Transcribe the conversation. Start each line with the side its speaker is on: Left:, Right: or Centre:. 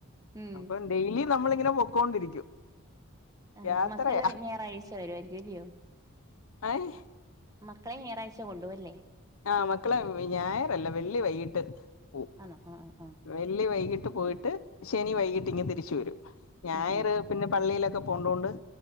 Right: ഉം
Left: അപ്പം ഡെയിലി നമ്മള് ഇങ്ങനെ പൊക്കോണ്ടിരിക്കും
Right: ആ
Left: യാത്രയാ
Right: മക്കള് ഞായറാഴ്ച വരുവായിരിക്കും അല്ലിയോ
Left: അയ്
Right: മക്കളെ ഞായറാഴ്ച കൊണ്ടോവും അല്ലേ
Left: ആഹ് മക്കളെ ഞായറല്ല വെള്ളി വൈകീട്ട് പോം
Right: ആണോ ആഹ് ആഹ്
Left: വെള്ളി വൈകിട്ട് പോയിട്ട് ശനി വൈകിട്ട് ഇങ്ങ് തിരിച്ച് വരും ഞായറ്
Right: ആഹ്
Left: പിന്നെ പള്ളിയിലൊ ക്കെ പോണ്ടോണ്ട്